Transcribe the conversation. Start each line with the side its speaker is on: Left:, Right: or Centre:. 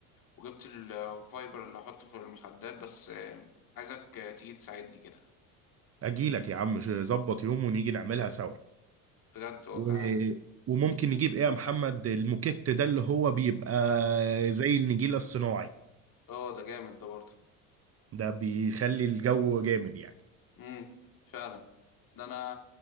Left: وجبت الفايبر اللي احطه في المخدات بس آه، عايزك آه، تيجي تساعدني كده
Right: أجيلك يا عم ظبط يوم ونيجي نعملها سوا
Left: بجد والله
Right: و... وممكن نجيب إيه يا محمد الموكيت ده اللي هو بيبقى زي النجيلة الصناعي
Left: اه ده جامد ده برضه
Right: ده بيخلي الجو جامد يعني
Left: امم فعلا ده انا